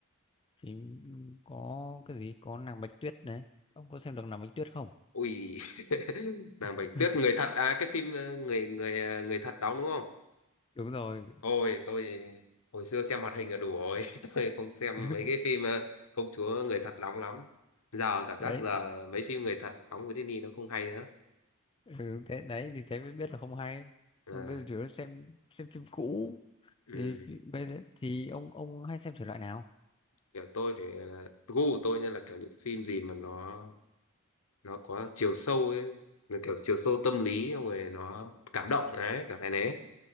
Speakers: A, on the left (about 25°); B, on the left (about 75°).
A: phim có cái gì có nàng Bạch Tuyết đấy ông có xem được nàng Bạch Tuyết không
B: ui <laughs> nàng
A: <laughs>
B: Bạch Tuyết người thật à cái phim ờ, người người ờ, người thật đóng đúng không
A: đúng rồi
B: ôi tôi hồi xưa xem hoạt hình là đủ rồi <laughs> tôi không xem
A: <laughs>
B: mấy cái phim ờ, công chúa người thật đóng lắm giờ cảm
A: đấy
B: giác là mấy phim người thật đóng với Disney nó không hay
A: ừ, thế đấy thì thế mới biết là không hay
B: à,
A: còn bây giờ chủ yếu là xem xem phim cũ
B: ừ.
A: thì phi- bây giờ thì ông ông hay xem thể loại nào
B: kiểu tôi thì à, gu của tôi nha là kiểu những phim gì mà nó nó có chiều sâu ấy là kiểu chiều sâu tâm lý xong rồi nó cảm động đấy cảm thấy đấy